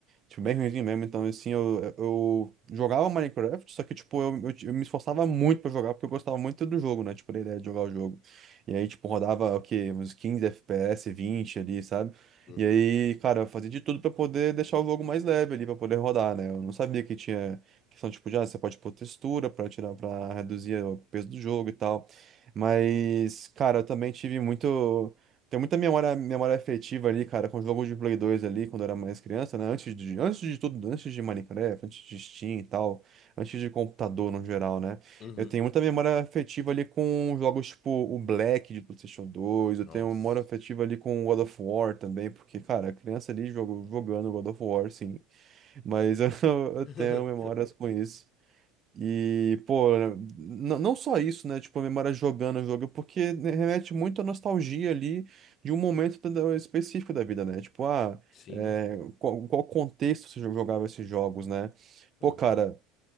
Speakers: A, on the right; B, on the left.
A: tipo, bem ruinzinho mesmo, então assim, eu, eu jogava Minecraft, só que, tipo, eu, eu, eu me esforçava muito pra jogar, porque eu gostava muito do jogo, né? Tipo, da ideia de jogar o jogo. E aí, tipo, rodava o quê? Uns 15 FPS, 20 ali, sabe?
B: Uhum,
A: E aí, cara, eu fazia de tudo pra poder deixar o jogo mais leve ali, pra poder rodar, né? Eu não sabia que tinha questão, tipo, de, ah, você pode pôr textura pra tirar, pra reduzir o peso do jogo e tal. Mas, cara, eu também tive muito. Tem muita memória, memória afetiva ali, cara, com jogos de Play dois ali, quando eu era mais criança, né? Antes de, antes de tudo, antes de Minecraft, antes de Steam e tal, antes de computador no geral, né?
B: uhum,
A: Eu tenho muita memória afetiva ali com jogos tipo o Black de PlayStation 2.
B: nossa.
A: Eu tenho memória afetiva ali com God of War também, porque, cara, a criança ali jogou, jogando God of War, sim. Mas <laughs> eu, eu
B: <laughs>
A: tenho memórias com isso. E, pô, n- não só isso, né? Tipo, a memória jogando o jogo, porque né, remete muito à nostalgia ali de um momento da- específico da vida, né? Tipo, ah,
B: Sim.
A: é, qual, qual contexto você jogava esses jogos, né?
B: Uhum.
A: Pô, cara.